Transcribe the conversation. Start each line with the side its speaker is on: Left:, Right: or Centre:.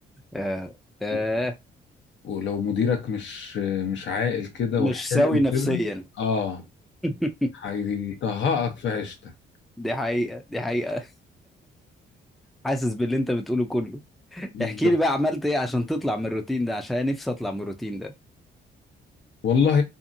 Centre: آه آه
Left: و- ولو مديرك مش مش عاقل كده
Centre: مش
Left: وحلو
Centre: سوي نفسيا
Left: كده اه
Centre: <laughs>
Left: هيطهقك في عيشتك
Centre: دي حقيقة دي حقيقة حاسس باللي انت بتقوله كله
Left: بالظبط
Centre: احكي لي بقى عملت ايه عشان تطلع من الروتين ده عشان أنا نفسي اطلع من الروتين ده
Left: والله